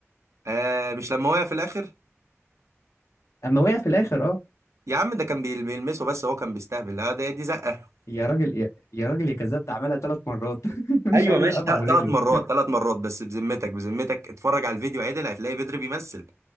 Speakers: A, on the right; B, on the left.
A: آه مش لما وقع في الاخر
B: <laughs> اما وقع في الاخر اه
A: يا عم ده كان بيل- بيلمسه بس هو كان بيستهبل لا ده دي زقه
B: يا راجل يا, يا راجل يا كذاب ده عملها ثلاث مرات <laughs>
A: ايوه
B: مش عايز
A: ماشي
B: يوقف
A: ثلاث
B: على رجله
A: مرات ثلاث مرات بس بذمتك بذمتك اتفرج على الفيديو عدل هتلاقي بدري بيمثل